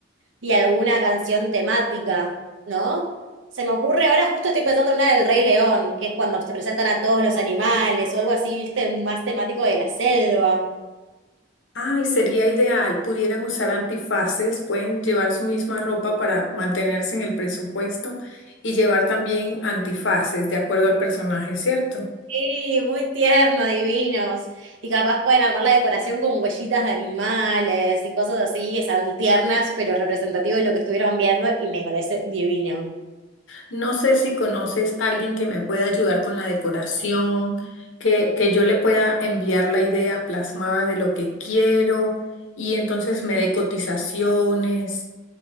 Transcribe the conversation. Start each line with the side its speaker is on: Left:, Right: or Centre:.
Right: y alguna canción temática, ¿no? Se me ocurre, ahora justo estoy pensando en una del Rey León, que es cuando se presentan a todos los animales o algo así, viste, más temático de la selva.
Left: Ay, sería ideal. Pudieran usar antifaces, pueden llevar su misma ropa para mantenerse en el presupuesto y llevar también antifaces de acuerdo al personaje, ¿cierto?
Right: Sí, muy tierno, divinos. Y capaz pueden armar la decoración con huellitas de animales y cosas así que sean tiernas, pero representativas de lo que estuvieron viendo, y me parece divino.
Left: No sé si conoces a alguien que me pueda ayudar con la decoración, que, que yo le pueda enviar la idea plasmada de lo que quiero y entonces me dé cotizaciones.